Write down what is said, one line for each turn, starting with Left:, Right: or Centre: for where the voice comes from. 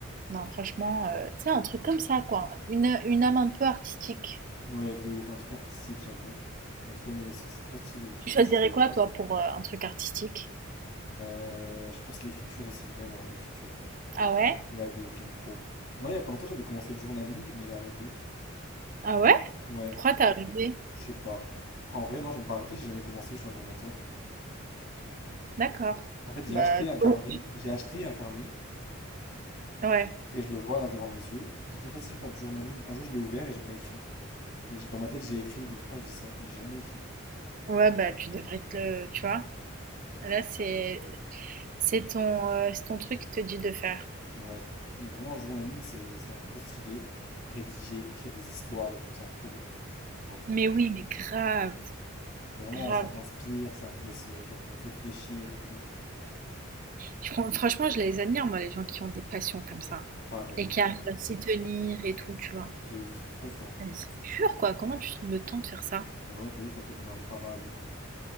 Right: Non, franchement, euh, tu sais, un truc comme ça, quoi. Une, une âme un peu artistique.
Left: ouais. Ouais, de ouf, un truc artistique, j'avoue. J'aurais trop aimé aussi, c'est trop stylé d'être
Right: Tu
Left: artistique.
Right: choisirais quoi, toi, pour euh, un truc artistique?
Left: Euh, je pense l'écriture aussi, vraiment, l'écriture.
Right: Ah ouais?
Left: Ouais, de ouf, j'aime trop. Moi, il y a pas longtemps, j'avais commencé le journaling, mais j'ai arrêté.
Right: Ah ouais?
Left: Ouais,
Right: Pourquoi t'as arrêté?
Left: je sais pas. Enfin, en vrai, non, j'aime pas arrêter, j'ai jamais commencé, je suis un gros menteur.
Right: D'accord.
Left: En fait, j'ai
Right: Bah,
Left: acheté un carnet,
Right: tu-
Left: j'ai acheté un carnet,
Right: ouais.
Left: Et je le vois là devant mes yeux. Et j'ai dit, vas-y, je vais faire du journaling. Un jour, je l'ai ouvert et j'ai pas écrit. Mais j'ai- dans ma tête, j'ai écrit, donc c'est pour ça que je dis ça. Mais j'ai jamais écrit.
Right: Ouais, bah, tu devrais te le... Tu vois? Là, c'est c'est ton, euh, c'est ton truc qui te dit de faire.
Left: Ouais. Mais vraiment, le journaling, c'est, ça a l'air trop stylé. Rédiger, écrire des histoires et tout, ça a l'air trop bien. Tu vois.
Right: Mais oui, mais grave,
Left: Vraiment,
Right: grave.
Left: ça t'inspire, ça te laisse, euh, genre, réfléchir et tout.
Right: Je com franchement, je les admire, moi, les gens qui ont des passions comme ça
Left: Pareil,
Right: et qui
Left: vraiment.
Right: arrivent à s'y tenir et tout, tu vois?
Left: De ouf, ils sont trop forts.
Right: Mais c'est dur, quoi. Comment tu trouves le temps de faire ça?
Left: Bah ouais, de ouf, à côté d'un travail et tout.